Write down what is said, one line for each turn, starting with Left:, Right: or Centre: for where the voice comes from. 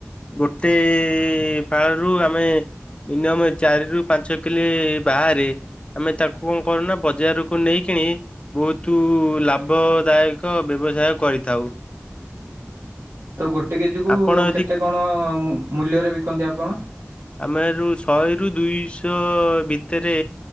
Left: ଗୋଟେ ଫାଳରୁ ଆମେ ମିନିୟମ ଚାରିରୁ ପାଞ୍ଚ କିଲେ ବାହାରେ, ଆମେ ତାକୁ କଣ କରୁନା ବଜାରକୁ ନେଇକିରି ବହୁତୁ ଲାଭଦାୟକ ବ୍ୟବସାୟ କରିଥାଉ।
Right: ତ ଗୋଟେ କେଜିକୁ
Left: ଆପଣ ଯଦି
Right: କେତେ କଣ ମୂ-ମୂଲ୍ୟରେ ବିକନ୍ତି ଆପଣ?
Left: ଆମ ହେରୁ ଶହେରୁ ଦୁଇଶ <unintelligible> ଭିତରେ